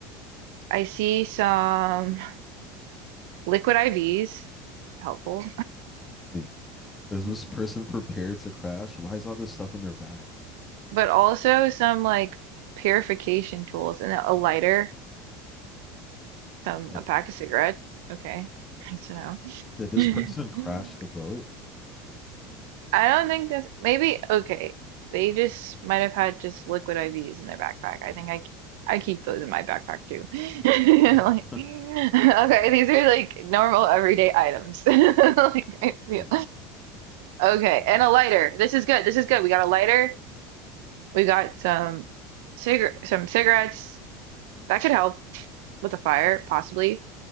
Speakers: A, on the right (about 80°); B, on the left (about 15°).
A: I see some <laughs> liquid IVs, helpful,
B: Wait, is this
A: <laughs>
B: person prepared to crash? Why is all this stuff in their bag?
A: but also some like purification tools and a lighter. Some
B: All right.
A: a pack of cigarettes. Okay. <laughs> Nice to
B: Did this
A: know.
B: person crash
A: <laughs>
B: the boat?
A: I don't think this, maybe, okay. They just might have had just liquid IVs in their backpack. I think I I keep those in my backpack too. <laughs> Like,
B: <laughs> All
A: okay, these are like normal everyday items. <laughs> Like, I feel.
B: Oh, oh,
A: Okay,
B: yeah.
A: and a lighter. This is good. This is good. We got a lighter. We got some cigar some cigarettes. That could help with a fire, possibly.